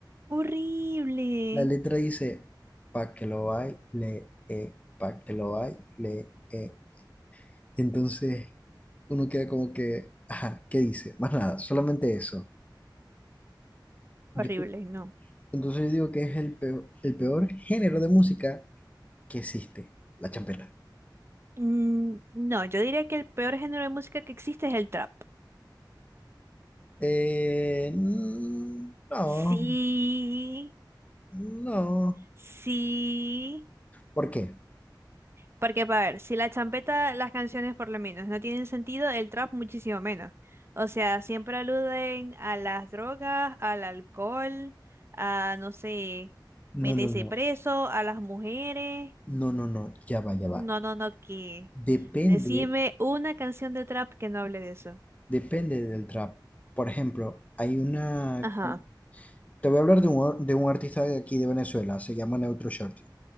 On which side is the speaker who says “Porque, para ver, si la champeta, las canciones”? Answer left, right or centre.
Right